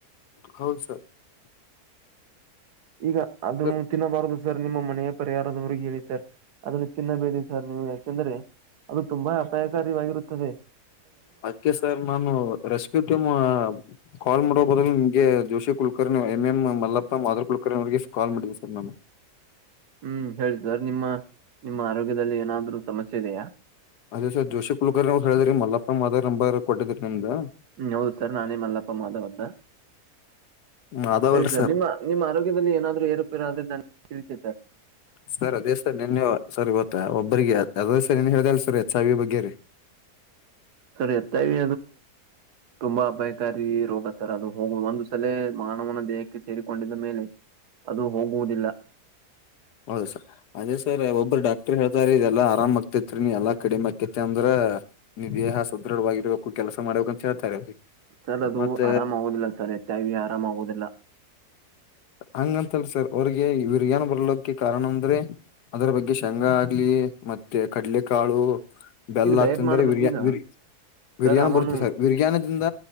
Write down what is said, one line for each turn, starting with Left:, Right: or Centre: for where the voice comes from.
Left: ಹೌ ಸರ್
Right: ಈಗ ಅದುನ್ನು
Left: ಸರ್
Right: ತಿನ್ನಬಾರ್ದದು ಸರ್ ನಿಮ್ಮ ಮನೆಯ ಪರಿಹಾರದವ್ರಿಗೆ ಹೇಳಿ ಸರ್ ಅದನ್ನು ತಿನ್ನಬೇಡಿ ಸರ್ ನೀವು ಯಾಕೆಂದ್ರೆ ಅದು ತುಂಬಾ ಅಪಾಯಕವಾಗಿರುತ್ತದೆ
Left: ಅಕೆ ಸರ್ ನಾನು ರೆಸ್ಕ್ಯೂ ಟೀಮ್ ಕಾಲ್ ಮಾಡೋ ಬದಲು ಜೋಶಿ ಕುಲಕರ್ಣಿ ಎಂ ಎಂ ಮಲ್ಲಪ್ಪ ಮಾಧರ್ ಕುಲಕರ್ಣಿ ಅವರಿಗೆ ಕಾಲ್ ಮಾಡಿದೆ ಸರ್ ನು
Right: ಹ್ಮ್ ಹೇಳ ಸರ್ ನಿಮ್ಮ ನಿಮ್ಮ ಆರೋಗ್ಯದಲ್ಲಿ ಏನಾದ್ರರು ಸಮಸ್ಯೆ ಇದೆಯಾ
Left: ಅದೇ ಸರ್ ಜೋಶಿ ಕುಲಕರ್ ಅವ್ರು ಹೇಳಿದ್ರರಿ ಮಲ್ಲಪ್ಪ ಮಾದ ನಂಬರ್ ಕೊಟ್ಟಿದ್ರರಿ ನಿಮ್ದ
Right: ಹ್ಮ ಹೌದು ಸರ್ ನಾನೇ ಮಲ್ಲಪ್ಪ ಮಾಧವ್ ಅ್ದ
Left: ಮಾಧವ್
Right: ಹೇಳಿ
Left: ಅಲ್ರಿ
Right: ಸರ್ ನಿಮ್ಮ ನಿಮ್ಮ ಆರೋಗ್ಯದಲ್ಲಿ ಏನಾದ್ೂ ಏರುಪೇರ ಆದ್ರೆ ನು ತಿಳಿಸಿ ಸರ್
Left: ಸರ್ ಅದೇ ಸರ್ ನಿನ್ನೆ ಸರಿ ಗೊತ್ತಾ ಒಬ್ಬರಿಗೆ ಅ ಸರಿ ಏನ್ ಹೇಳ್ದಸ ರೀ ಎ ಸಾವಿ ಬಗ್ಗೆ ರೀ
Right: ಸರಿ ಹೆಚ್ಐವಿ ತುಂಬಾ ಅಪಾಯಕಾರಿ ರೋಗ ಸರ್ ಅದು ಹೋಗುವ ಒಂದು ಸಲ ಮಾನವನ ದೇಹಕ್ಕೆ ಸೇರಿಕೊಂಡಿದ್ದ ಮೇಲೆ ಅದು ಹೋಗುವುದಿಲ್ಲ
Left: ಹೌದು ಸರ್ ಅದೇ ಸರ್ ಒಬ್ಬರು ಡಾಕ್ ಡಾಕ್ಟರ್ ಹೇಳ್ತಾರ ಇದೆಲ್ಲಾ ಆರಾಮ್ ಆಗ್ತೇತ್ರಿ ನೀ ಎಲ್ಲ ಕಡಿಮೆ ಆಕೇತಿ ಅಂದ್ರ ನಿ ದೇಹ ಸದೃಢವಾಗಿರ್ಬೇಕು ಕೆ ಕೆಲಸ ಮಾಡಬೇಕ ಅಂತ ಹೇಳ್ತಾರೆ
Right: ಸರ್ ಅದು
Left: ಮತ್ತ
Right: ಆರಾಮ ಆಗುದಿಲ್ಲ ಸರ್ ಎಚ್ ಐ ವಿ ಆರಾಮ ಆಗುದಿಲ್ಲ
Left: ಹಂಗಂತಲ್ ಸರ್ ಅವ್ರಿಗೆ ಇವ್ರಗಏನ್ ಬರ್ಲಕ ಕಾರಣ ಅಂದ್ರೆ ಅದರ ಬಗ್ಗೆ ಶೇಂಗಾ ಆಗ್ಲಿ ಮತ್ತೆ ಕಡ್ಲೆಕಾಳು ಬೆಲ್ಲ
Right: ಈಗ ಡಯಟ್
Left: ತಿಂದರೆ
Right: ಮಾಡ್ಬೇಕು
Left: ಬಿರಿಯರಿ
Right: ಈಗ
Left: ಬಿರಿಯಾನ
Right: ಸರ್ ಅವನು
Left: ಬರುತ್ತೆ ಸರ್ ಬಿರಿಯಾನದಿಂದ